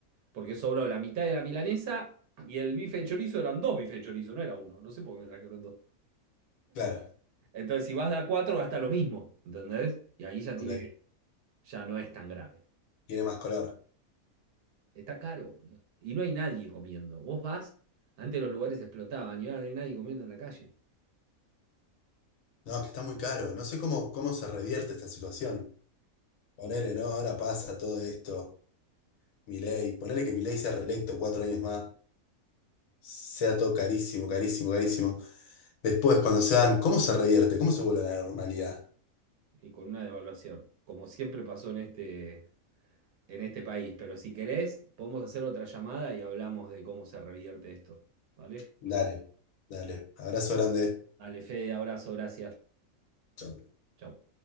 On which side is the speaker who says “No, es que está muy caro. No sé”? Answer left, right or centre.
Left